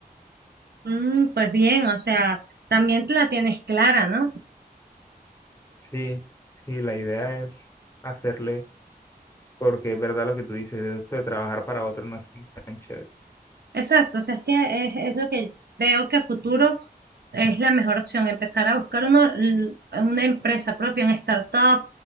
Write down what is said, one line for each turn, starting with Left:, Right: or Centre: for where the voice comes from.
Right: Mm, pues bien, o sea, también te la tienes clara, ¿no?
Left: Sí, sí, la idea es hacerle Porque es verdad lo que tú dices, eso de trabajar para otro no es tan chévere.
Right: Exacto, o sea, es que es, es lo que veo que a futuro es la mejor opción, empezar a buscar uno, l- una empresa propia, un startup